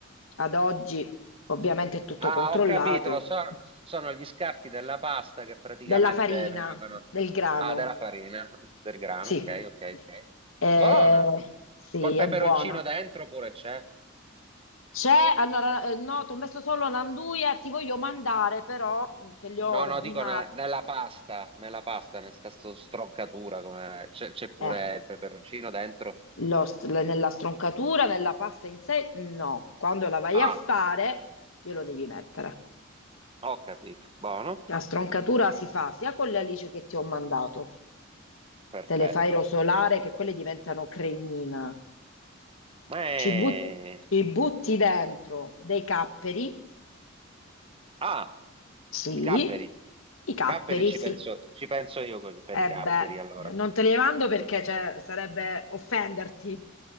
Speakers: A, on the left; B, on the right.
A: Ad oggi, ovviamente, è tutto
B: Ah,
A: controllato.
B: ho capito, so- sono gli scarti della pasta che praticamente
A: Della farina,
B: venivano...
A: del grano.
B: Ah, della farina, del grano,
A: Sì,
B: ok, ok, ok.
A: Eh,
B: Buona!
A: sì,
B: Col peperoncino
A: è buona.
B: dentro pure c'è?
A: C'è, allora, eh, no, ti ho messo solo l'anduia, ti voglio mandare però, mh, che li ho
B: No,
A: ordinati.
B: no, dico ne- nella pasta, nella pasta, nella stroncatura, come... c'è c'è pure
A: Eh.
B: il peperoncino dentro?
A: Lo st- la- nella stroncatura, nella pasta in sé, no. Quando la vai
B: Ah,
A: a fare, glielo devi mettere.
B: ho capito, buono,
A: La stroncatura si fa sia con le alici che ti ho mandato,
B: perfetto.
A: te le fai rosolare che quelle diventano cremina.
B: Ma è...
A: Ci, but- ci butti dentro dei capperi,
B: Ah,
A: sì,
B: i capperi,
A: i capperi,
B: capperi ci
A: sì.
B: penso, ci penso io que- per i
A: E
B: capperi,
A: beh,
B: allora.
A: non te li mando perché cioè, sarebbe offenderti.